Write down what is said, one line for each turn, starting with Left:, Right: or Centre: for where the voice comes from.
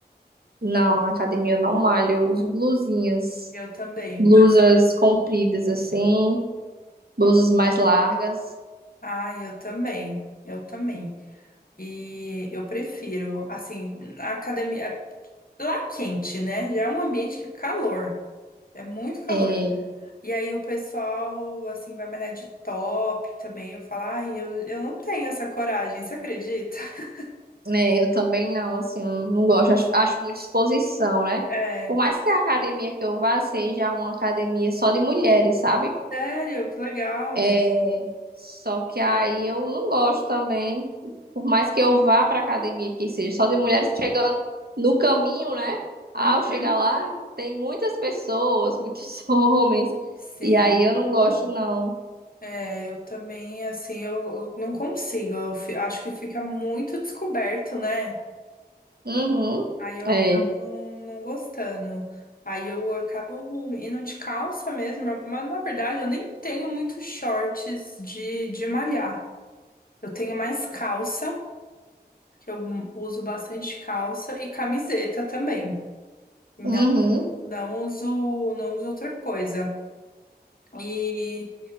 Right: Não, na academia eu não malho, eu uso blusinhas,
Left: Eu também.
Right: blusas compridas assim, blusas mais largas.
Left: Ah, eu também. Eu também. E eu prefiro, assim, a academia. Lá é quente, né? Já é um ambiente que é calor. É muito calor.
Right: É,
Left: E aí o pessoal, assim, vai malhar de top também. Eu falo, ai, eu, eu não tenho essa coragem, você acredita? <laughs>
Right: né, eu também não, assim, não gosto, acho, acho muita exposição, né?
Left: É,
Right: Por mais que a academia que eu vá seja uma academia só de mulheres, sabe?
Left: sério, que legal.
Right: É, só que aí eu não gosto também. Por mais que eu vá pra academia, que seja só de mulheres chegando no caminho, né? Ao
Left: Uhum.
Right: chegar lá, tem muitas pessoas, muitos <laughs> homens.
Left: Sim,
Right: E aí eu não gosto, não.
Left: é, eu também, assim, eu eu não consigo. Eu fi- acho que fica muito descoberto, né?
Right: Uhum.
Left: Aí eu
Right: É.
Left: acabo não, não gostando. Aí eu acabo indo de calça mesmo, mas na verdade eu nem tenho muitos shorts de, de malhar. Eu tenho mais calça. que eu uso bastante calça e camiseta também. Não,
Right: Uhum.
Left: não uso, não uso outra coisa. E,